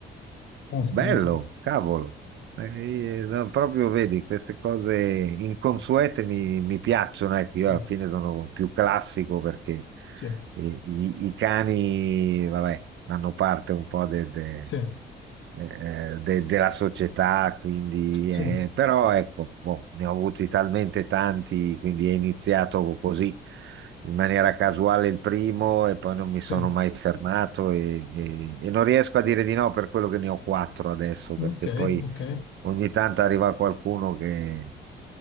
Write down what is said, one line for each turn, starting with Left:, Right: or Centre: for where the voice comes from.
Left: Molto,
Right: Bello,
Left: molto.
Right: cavolo. Eh, eh, no, proprio vedi, queste cose inconsuete mi, mi piacciono, ecco,
Left: Sì,
Right: io alla fine sono più classico perché
Left: sì,
Right: eh, i, i cani, vabbè, fanno parte un po' de- de-
Left: sì,
Right: eh, de- della società, quindi,
Left: sì,
Right: eh, però ecco, boh, ne ho avuti talmente tanti, quindi è iniziato così in maniera casuale il primo e poi non mi
Left: sì.
Right: sono mai fermato e, e- e non riesco a dire di no per quello che ne ho quattro adesso, perché
Left: Ok,
Right: poi
Left: ok.
Right: ogni tanto arriva qualcuno che